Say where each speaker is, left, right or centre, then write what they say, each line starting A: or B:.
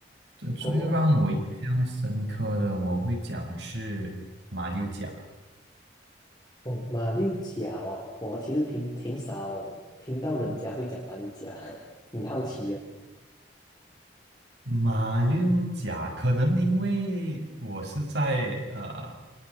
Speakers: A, on the right; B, on the left.
A: 这最让我印象深刻的，
B: 哦，
A: 我会讲是马六甲。
B: 哦，马六甲哦，我其实挺挺少听到人家会讲马六甲，<laughs> 挺好奇
A: 马六甲可能因为我是在呃